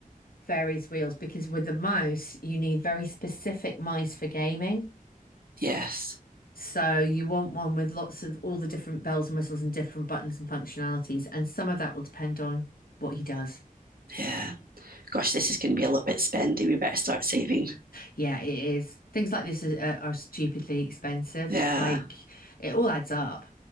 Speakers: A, on the left; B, on the right.
A: various wheels because with the mouse, you need very specific mice for gaming.
B: Yes.
A: So you want one with lots of all the different bells and whistles and different buttons and functionalities, and some of that will depend on what he does.
B: Yeah. Gosh, this is going to be a little bit spendy. We better start saving.
A: Yeah, it is. Things like this is, uh, are stupidly expensive.
B: Yeah.
A: Like it all adds up.